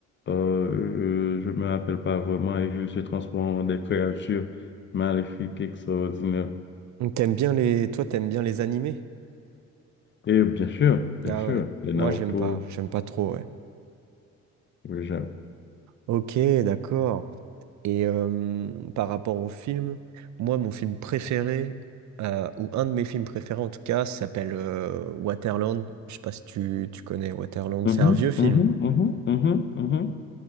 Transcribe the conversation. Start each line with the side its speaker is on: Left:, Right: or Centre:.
Left: euh, euh, euh, je me rappelle pas vraiment, et ils se transforment en des créatures maléfiques, extraordinaires.
Right: T'aimes bien les, toi, t'aimes bien les animés?
Left: Et bien sûr, bien
Right: Ah
Left: sûr,
Right: ouais.
Left: les Naruto,
Right: Moi, j'aime pas, j'aime pas trop, ouais.
Left: oui, j'aime.
Right: Ok, d'accord. Et euh, par rapport au film, moi, mon film préféré, euh, ou un de mes films préférés en tout cas, s'appelle euh, Waterland. Je sais pas si tu, tu connais Waterland.
Left: Mhm,
Right: C'est un vieux film.
Left: mhm, mhm, mhm, mhm.